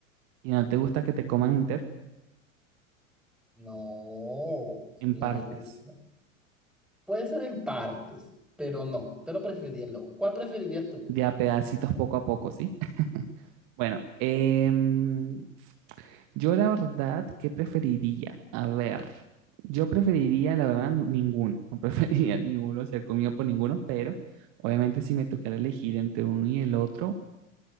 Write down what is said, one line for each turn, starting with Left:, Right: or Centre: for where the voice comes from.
Right: Y no te gusta que te coman entero
Centre: No,
Right: en
Centre: no
Right: partes.
Centre: me gusta. Puede ser en partes, pero no, pero preferiría el lobo. ¿Cuál preferirías tú? O
Right: De a pedacitos poco a poco, ¿sí? <laughs> Bueno, em, yo la verdad, ¿qué preferiría? A ver, yo preferiría, la verdad, n- ninguno. No preferiría <laughs> ninguno, o sea, comido por ninguno, pero obviamente si me tocara elegir entre uno y el otro,